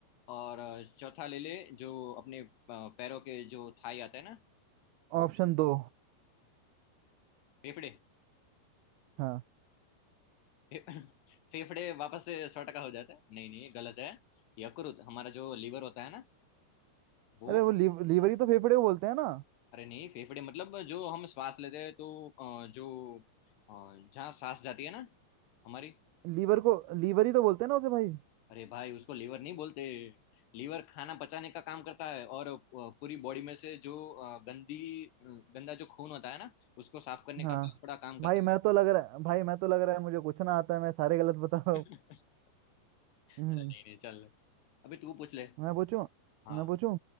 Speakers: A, on the left; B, on the right.
A: और अ, चौथा ले ले जो अपने अ, पैरों के जो थाई आता है ना वो
B: ऑप्शन दो
A: फेफड़े
B: हाँ
A: फे, <laughs> फेफड़े वापस से सौ टका हो जाता है नहीं नहीं ये गलत है यकृत हमारा जो लीवर होता है ना वो
B: अरे वो लीव, लीवरी तो फेफड़े को बोलते हैं ना
A: अरे नहीं फेफड़े मतलब जो हम श्वास लेते हैं तो अ, जो अ, जहाँ सांस जाती है ना हमारी
B: लीवर को लीवर ही तो बोलते हैं ना उसे भाई
A: अरे भाई उसको लीवर नहीं बोलते लीवर खाना पचाने का काम करता है और अ, पूरी बॉडी में से जो अ, गंदी गंदा जो खून होता है ना उसको साफ करने
B: हाँ
A: का भी बड़ा काम करता
B: भाई
A: है
B: मैं तो लग रहा है भाई मैं तो लग रहा है मुझे कुछ ना आता है मैं सारे गलत बता रहा
A: <laughs>
B: हूँ हम्म,
A: अरे नहीं नहीं चल अभी तू पूछ ले
B: मैं पूछूं
A: हाँ
B: मैं पूछूं